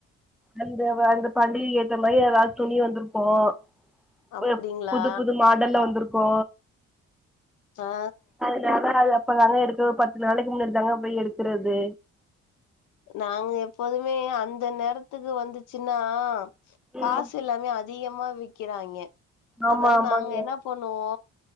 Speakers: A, in the centre; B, on the left (about 85°).
A: அந்த அந்த பண்டிகை ஏத்த மாதிரி எதாவது துணி வந்திருக்கு
B: அப்டிங்களா
A: புது புது மாடல்ல வந்துருக்கு
B: ஆ
A: இப்போ அதுனால இப்பதாங்க எடுக்க பத்து நாளைக்கு முன்னேடி தாங்க போய் எடுக்கிறது
B: நாங்க எப்போதுமே அந்த நேரத்துக்கு வந்துச்சின்னா காசு
A: ம்
B: எல்லாமே அதிகமா விக்கிறாங்கே அதுனால
A: ஆமா ஆமாங்க
B: நாங்க என்ன பொண்ணுவோ